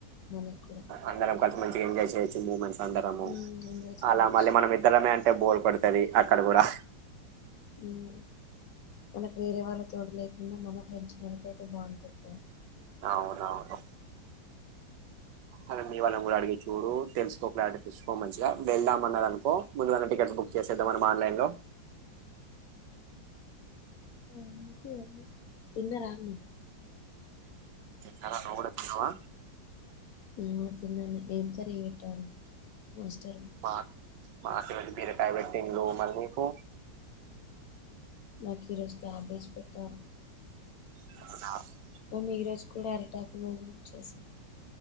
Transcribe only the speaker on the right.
అందరం కలిసి మంచిగా ఎజాయ్ చేయచ్చు మూమెంట్స్ అందరము
అలా మల్లి మన ఇద్దరమే అ బోర్ కొడతది అక్కడ కూడా
అవుదవును అద మీ వాళ కూడా అడిగ చూడు తెలుసుకో క్లారిటీ తీచ్చసుకో మంచిగా వెళ్దామ అన్నది అనుకో ముందు టికెట్స్ బుక్ చేసేద్దా మనం ఆన్లైన్ లో
కనా రడవా
మా మా మ బరటయ బట్టటి లో మరికు
అ